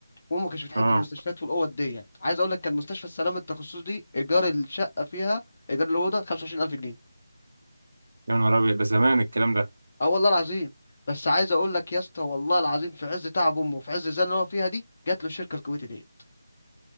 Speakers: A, on the left (about 25°); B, on the right (about 50°).
A: وامه كانتش بتحب
B: اه
A: المستشفيات والاوض ديت عايز اقول لك كان مستشفى السلام التخصصي دي ايجار الشقه فيها ايجار الاوضه 25000 جنيه
B: يا نهار ابيض ده زمان الكلام ده
A: اه والله العظيم بس عايز اقول لك يا اسطى والله العظيم في عز تعب امه وفي عز الزنقه اللي هو فيها دي جات له الشركه الكويتي ديت